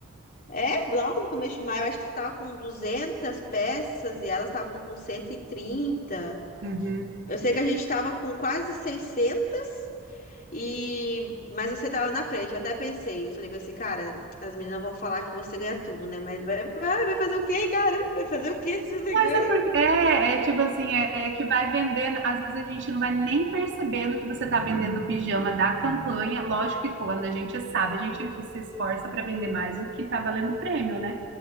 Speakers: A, on the left (about 45°); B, on the right (about 60°).
A: é, logo no começo de maio, eu acho que você tava com 200 peças e elas estavam com 130.
B: uhum.
A: Eu sei que a gente tava com quase 600 e mas você tava na frente. Eu até pensei, eu falei bem assim, cara, as meninas vão falar que você ganha tudo, né? Mas vai, vai vai fazer o quê, cara? Vai fazer o quê se você
B: Mas
A: ganha?
B: é porque é, é tipo assim, é, é que vai vendendo, às vezes a gente não vai nem percebendo que você está vendendo pijama da campanha. Lógico que quando a gente sabe, a gente se esforça para vender mais o que está valendo prêmio, né?